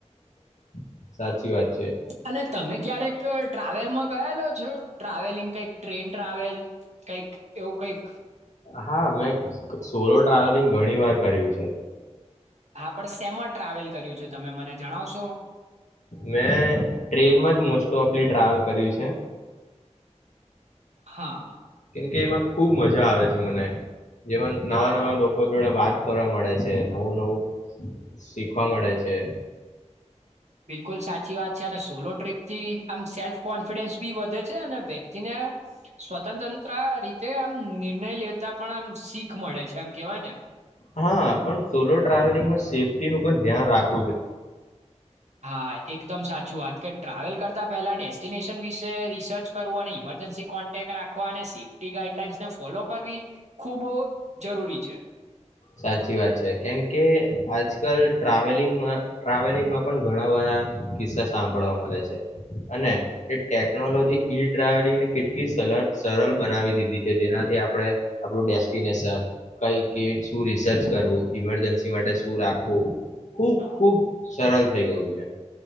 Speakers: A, on the left; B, on the right.
A: <unintelligible> સાચી વાત છે.
B: અને તમે ક્યારેક ટ્રાવેલમાં ગયાલો છો? ટ્રાવેલિંગ કંઈક ટ્રેન ટ્રાવેલ કંઈક એવું કંઈક?
A: હા, મેં સ-સોલો ટ્રાવેલિંગ ઘણી વાર કર્યું છે.
B: હા, પણ શેમાં ટ્રાવેલ કર્યું છે તમે મને જણાવશો?
A: મેં ટ્રેનમાં જ મોસ્ટ ઓફલી ટ્રાવેલ કર્યું છે.
B: હા.
A: કેમકે એમાં ખુબ મજા આવે છે મને. જેમાં નવા
B: હા.
A: નવા લોકો જોડે વાત કરવા મળે છે, નવું નવું શીખવા મળે છે.
B: બિલકુલ સાચી વાત છે અને સોલો ટ્રીપથી આમ સેલ્ફ કોન્ફિડન્સ બી વધે છે અને વ્યક્તિને સ્વતંતંત્ર રીતે આમ નિર્ણય લેતા પણ આમ શીખ મળે છે એમ કેવાય ને.
A: હા, પણ સોલો ટ્રાવેલિંગનું સેફ્ટીનું પણ ધ્યાન રાખવુ
B: હા, એકદમ સાચું વાત કે ટ્રાવેલ કર તા પેલા ડેસ્ટિનેશન વિશે રિસર્ચ કરવું અને ઇમરજન્સી કોન્ટેક રાખવા અને સેફ્ટી ગાઈડલાઈન્સને ફોલો કરવી ખૂબ જરૂરી છે. ત
A: સાચી વાત છે. કેમ કે આજકાલ ટ્રાવેલિંગ માં-ટ્રાવેલિંગમાં પણ ઘણા બધા કિસ્સા સાંભળવા મલે છે અને એ ટેકનોલોજી ઈ ટ્રાવેલિંગને કેટલી સલહ-સરલ બનાવી દીધી છે. જેનાથી આપડે આપણું ડેસ્ટિનેશન, કઈ કિસ શું રિસર્ચ કરવું, ઇમરજન્સી માટે શું રાખવું ખુબ
B: હા,
A: ખુબ સરલ થઈ ગયું છે.